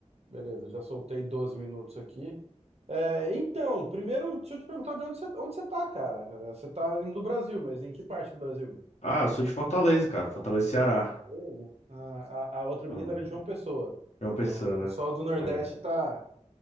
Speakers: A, on the right; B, on the left.
A: Beleza, já soltei 12 minutos aqui. É, então, primeiro, deixa eu te perguntar de onde você, onde você tá, cara. É, Você tá indo do Brasil, mas em que parte do Brasil?
B: Ah, eu sou de Fortaleza, cara. Fortaleza, Ceará.
A: Beleza. Ah, A, a outra
B: Ah,
A: menina
B: né?
A: era de João Pessoa.
B: É uma pessoa,
A: Ó, O pessoal
B: né?
A: do Nordeste
B: Legal.
A: tá,